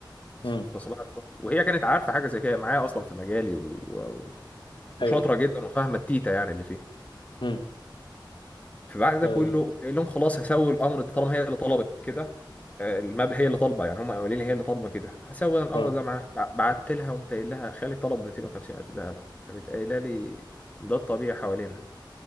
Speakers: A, on the left; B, on the left.
A: مم.
B: فصباح الفل وهي كانت عارفة حاجة زي كده معايا اصلا في مجالي و... و... وشاطرة
A: ايوه
B: جدا وفاهمة التيتا يعني اللي فيه
A: مم.
B: فبعد ده
A: اه
B: كله قلت لهم خلاص هسوي الامر ده طالما هي اللي طلبت كده آه، المبلغ هي اللي طالبه يعني هم قايلين لي هي اللي طالبه كده هسوي أنا الامر
A: اه
B: ده معاها بع- بعت لها قمت قايل لها خالي طلب 250 الف دهب قامت قايله لي ده الطبيعي حوالينا